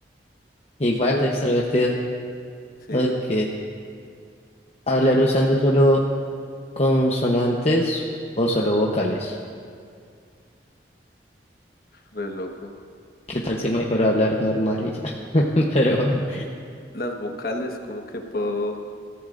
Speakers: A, on the left; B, on the left.
A: Igual
B: sí,
A: de extrovertido.
B: sí,
A: Ok.
B: es
A: Hablar usando solo consonantes o solo vocales.
B: re loco.
A: ¿Qué tal si mejor hablar normal y ya? <laughs> Pero bueno.
B: Las vocales, como que puedo...